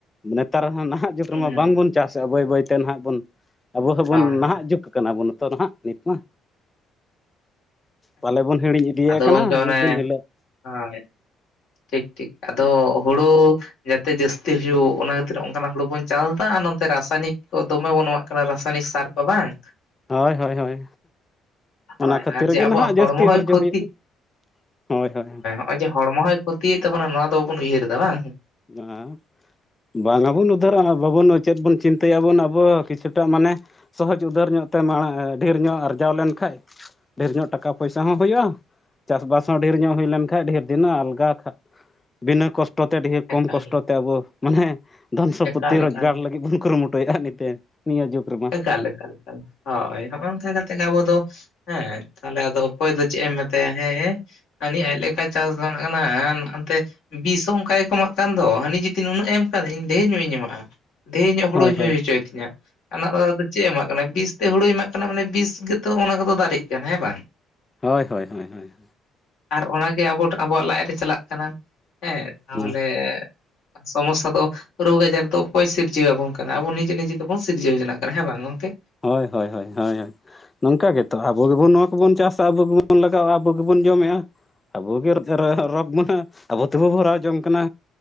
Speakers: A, on the left (about 25°); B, on the left (about 65°).
A: ᱱᱮᱛᱟᱨ ᱱᱟᱦᱟᱜ ᱡᱩᱜᱽ
B: ᱦᱩᱸ
A: ᱨᱮᱢᱟ ᱵᱟᱝᱵᱚᱱ ᱪᱟᱥᱮᱫᱼᱟ ᱵᱟᱹᱭ ᱵᱟᱹᱭᱛᱮ ᱱᱟᱟᱜ ᱵᱚᱱ ᱟᱵᱚ ᱦᱚᱸᱵᱚᱱ
B: ᱦᱳᱭ
A: ᱱᱟᱦᱟᱜ
B: ᱦᱳᱭ
A: ᱡᱩᱜᱽ ᱠᱟᱱᱟ ᱟᱵᱚ ᱱᱤᱛᱚᱜ ᱱᱟᱜ ᱱᱤᱛ ᱢᱟ ᱯᱟᱞᱮ ᱵᱚᱱ ᱦᱤᱲᱤᱧ ᱤᱫᱤᱭᱮᱫ
B: ᱟᱫᱚ
A: ᱠᱟᱱᱟ
B: ᱜᱚᱝᱠᱮ ᱚᱱᱮ
A: ᱢᱤᱫ ᱫᱤᱱ ᱦᱤᱞᱚᱜ
B: ᱦᱳᱭ ᱴᱷᱤᱠᱼᱴᱷᱤᱠ ᱟᱫᱚ ᱦᱩᱲᱩ ᱡᱟᱛᱮ ᱡᱟᱹᱥᱛᱤ ᱦᱩᱭᱩᱜ ᱚᱱᱟ ᱠᱷᱟᱹᱛᱤᱨ ᱚᱱᱟ ᱠᱷᱟᱛᱤᱨ ᱦᱩᱲᱩ ᱵᱚᱱ ᱪᱟᱥᱫᱟ ᱟᱨ ᱱᱚᱛᱮ ᱨᱟᱥᱟᱭᱱᱤᱠ ᱠᱚ ᱫᱚᱢᱮ ᱵᱚᱱ ᱮᱢᱟᱜ ᱠᱟᱱᱟ ᱨᱟᱥᱟᱭᱚᱱᱤᱠ ᱥᱟᱨ ᱚ ᱵᱟᱝ
A: ᱦᱳᱭ ᱦᱳᱭ ᱦᱳᱭ
B: ᱦᱳᱭ
A: ᱚᱱᱟ ᱠᱷᱟᱹᱛᱤᱨ
B: ᱟᱨ ᱡᱮ
A: ᱜᱮ
B: ᱟᱵᱚᱣᱟᱜ
A: ᱱᱟᱦᱟᱜ
B: ᱦᱚᱲᱢᱚ
A: ᱡᱟᱹᱥᱛᱤ
B: ᱦᱚᱭ
A: ᱚᱨᱡᱚ
B: ᱠᱷᱚᱛᱤ
A: ᱦᱩᱭᱩᱜ ᱦᱳᱭ ᱦᱳᱭ
B: ᱱᱚᱜ ᱚᱭ ᱡᱮ ᱦᱚᱲᱢᱚ ᱦᱚᱭ ᱠᱷᱚᱛᱤᱭᱮᱫ ᱛᱟᱵᱚᱱᱟ ᱱᱚᱣᱟ ᱫᱚ ᱵᱟᱵᱚᱱ ᱩᱦᱟᱹᱨ ᱮᱫ ᱟ ᱵᱟᱝ
A: ᱦᱟᱸ ᱦᱟᱸ ᱵᱟᱝ ᱟᱵᱚᱱ ᱩᱫᱽᱫᱷᱟᱹᱨᱼᱟ ᱵᱟᱵᱚᱱ ᱪᱮᱫ ᱵᱚᱱ ᱪᱤᱱᱛᱟᱹᱭᱟᱵᱚᱱ ᱟᱵᱚ ᱠᱤᱪᱷᱩᱴᱟ ᱢᱟᱱᱮ ᱥᱚᱦᱚᱡ ᱩᱫᱷᱟᱹᱨ ᱧᱚᱜ ᱛᱮ ᱢᱟᱲᱟᱝ ᱰᱷᱮᱨ ᱧᱚᱜ ᱟᱨᱡᱟᱣ ᱞᱮᱱᱠᱟᱱᱡ ᱰᱷᱮᱨ ᱧᱚᱜ ᱴᱟᱠᱟ ᱯᱚᱭᱥᱟ ᱦᱚᱸ ᱦᱩᱭᱩᱜᱼᱟ ᱪᱟᱥᱵᱟᱥ ᱦᱚᱸ ᱰᱷᱮᱨ ᱧᱚᱜ ᱦᱩᱭ ᱞᱮᱱᱠᱷᱟᱱᱡ ᱰᱷᱮᱨ ᱫᱤᱱ ᱟᱞᱜᱟ ᱠᱷᱟᱜ ᱵᱤᱱᱟᱹ ᱠᱚᱥᱴᱚ ᱛᱮ ᱰᱷᱮᱨ ᱠᱚᱢ
B: ᱮᱠᱟᱞ
A: ᱠᱚᱥᱴᱚ ᱛᱮ ᱟᱵᱚ ᱢᱟᱱᱮ ᱫᱷᱚᱱ ᱥᱚᱯᱚᱛᱤ
B: ᱮᱠᱟᱞ
A: ᱨᱚᱡᱽᱜᱟᱨ
B: ᱮᱠᱟᱞ
A: ᱞᱟᱹᱜᱤᱫ ᱵᱚᱱ ᱠᱩᱨᱩᱢᱩᱴᱩ ᱴᱚᱭᱟᱜ ᱱᱤᱛᱮᱱ ᱱᱤᱭᱟᱹ ᱡᱩᱜᱽ ᱨᱮᱫᱚ ᱾
B: ᱞᱮᱞ ᱦᱳᱭ ᱦᱚᱸ ᱚᱱᱠᱟ ᱠᱟᱛᱮ ᱜᱮ ᱟᱵᱚ ᱫᱚᱼᱼ ᱦᱮᱸ ᱛᱟᱦᱚᱞᱮ ᱟᱫᱚ ᱚᱠᱚᱭ ᱫᱚ ᱪᱮᱫ ᱮ ᱮᱢ ᱢᱮᱛᱟᱭᱟ ᱦᱮᱸ ᱦ ᱱᱤ ᱟᱡᱠ ᱪᱟᱥ ᱫᱚᱱᱟᱜ ᱠᱟᱱᱟ ᱚᱱᱛᱮᱼᱼ ᱵᱤᱥ ᱦᱚᱸ ᱚᱱᱠᱟᱭᱮ ᱠᱚ ᱢᱟᱜ ᱠᱟᱱ ᱫᱚ ᱦᱟᱹᱱᱤ ᱡᱩᱫᱤ ᱱᱩᱱᱟᱹᱜ ᱮᱢ ᱠᱟᱱᱟᱱ ᱤᱧ ᱰᱷᱮᱨ ᱧᱚᱜ ᱤᱧ ᱮᱢᱟᱜᱼᱟ ᱫᱤᱭᱮ ᱤᱧᱟᱹᱜ ᱦᱩᱲᱩᱧ
A: ᱦᱳᱭ ᱦᱳᱭ
B: ᱦᱩᱭ ᱦᱚᱪᱚᱭ ᱛᱤᱧᱟᱹ ᱚᱱᱟ ᱫ ᱫᱚ ᱪᱮᱫ ᱮᱢᱟᱜ ᱠᱟᱱᱟ ᱵᱤᱥ ᱛᱮ ᱦᱩᱲᱩᱭ ᱮᱢᱟᱜ ᱠᱟᱱᱟ ᱢᱟᱱᱮ ᱵᱤᱥ ᱜᱮᱛᱚ ᱚᱱᱟ ᱠᱚᱫᱚ ᱫᱟᱨᱮᱜ ᱠᱟᱱᱟ ᱦᱮᱸ ᱵᱟᱝ
A: ᱦᱳᱭ ᱦᱳᱭ ᱦᱳᱭ᱾
B: ᱟᱨ ᱚᱱᱟᱜᱮ ᱟᱵᱚ ᱟᱵᱚᱣᱟᱜ ᱞᱟᱡᱨᱮ ᱪᱟᱞᱟᱜ ᱠᱟᱱᱟ ᱦᱮᱸ ᱛᱟᱦᱚᱞᱮ
A: ᱦᱳᱭ
B: ᱥᱚᱢᱚᱥᱟ ᱫᱚ ᱨᱳᱜᱽ ᱟᱡᱟᱨ ᱫᱚ ᱦᱚᱠᱚᱭ ᱥᱤᱨᱡᱟᱹᱣ ᱟᱵᱚᱱ ᱠᱟᱱᱟ, ᱟᱵᱚ ᱱᱤᱡᱮ ᱱᱤᱡᱮ ᱛᱮᱵᱚᱱ ᱡᱣᱱᱟᱜ ᱠᱟᱱᱟ ᱦᱮᱸ ᱵᱟᱝ ᱜᱚᱝᱠᱮ?
A: ᱦᱳᱭ ᱦᱳᱭ ᱦᱳᱭ ᱦᱳᱭ᱾ ᱱᱚᱝᱠᱟ ᱜᱮᱛᱚ ᱟᱵᱚ ᱜᱮᱵᱚᱱ ᱱᱚᱣᱟ ᱠᱚᱵᱚᱱ ᱪᱟᱥᱟ ᱟᱵᱚ ᱜᱮᱵᱚᱱ ᱞᱟᱜᱟ-ᱟ ᱟᱵᱚ ᱜᱮᱵᱚᱱ ᱡᱚᱢᱮᱫ-ᱟ ᱾ ᱟᱵᱚ ᱜᱮ ᱨᱳᱜᱽ ᱵᱚᱱᱟ ᱟᱵᱚ ᱛᱮᱵᱚ ᱵᱷᱚᱨᱟᱣ ᱡᱚᱝ ᱠᱟᱱᱟ